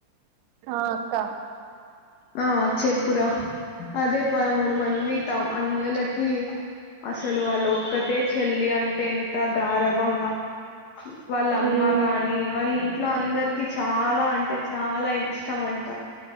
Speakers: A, on the right; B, on the left.
A: ఆ అక్క
B: ఆ చెప్ప పుర అదే పదమూడు మంది త అన్నలకి అసలు వాళ్ళ ఒక్కటె చెల్లి అంటే ఎం ఎంత గారభంగా వాళ్ళమ్మ
A: ఉమ్
B: గాని వాళ్ళు ఇట్లో అందరికి చాలా అంటే చాలా ఇష్టం అంట